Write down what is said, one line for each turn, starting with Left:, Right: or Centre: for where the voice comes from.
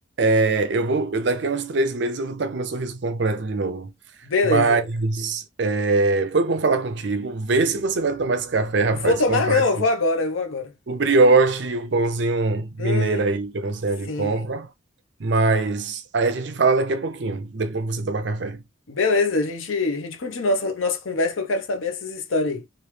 Right: é, eu vou, eu, daqui a uns três meses eu vou estar com meu sorriso completo de novo.
Left: Beleza.
Right: Mas é, foi bom falar contigo. Vê se você vai tomar esse café, rapaz.
Left: Vou tomar?
Right: Comprar
Left: Não,
Right: esse,
Left: eu vou agora, eu vou agora.
Right: o brioche, o pãozinho
Left: Hum,
Right: mineiro aí, que eu não sei
Left: sim.
Right: onde compra. Mas aí a gente fala daqui a pouquinho, depois que você tomar café.
Left: Beleza, a gente, a gente continua essa nossa conversa que eu quero saber essas histórias